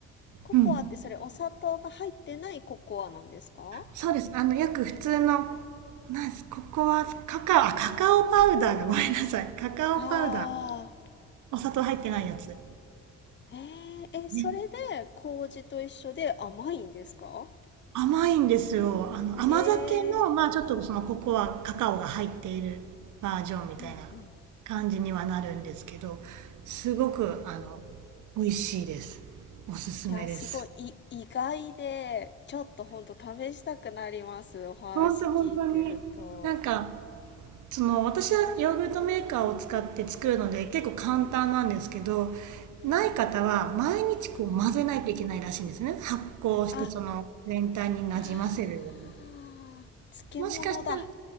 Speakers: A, on the left; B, on the right.
A: ココアってそれお砂糖が入ってないココアなんですか
B: な、うん、そうですあのよく普通のなんですここはカカオあカカオパウダーがごめんなさいカカオパウダー
A: ああ
B: お砂糖入ってないやつ、
A: へえ、え、それで麹と一緒で甘いんですか
B: ね、甘いんですよあの甘酒のまあちょっとそのここはカカオが入っているバージョンみたいな
A: ええ、うんうん
B: 感じにはなるんですけどすごくあの美味しいですおすすめです
A: いや、すごい、い、意外で、ちょっとほんと試したくなります。お話聞いてると。
B: 本当本当になんかその私はヨーグルトメーカーを使って作るので結構簡単なんですけどない方は毎日こう混ぜないといけないらしいんですね発酵してその全体になじませるように
A: うん、うん。あ、あー、漬物だ。
B: もしかしたら
A: あ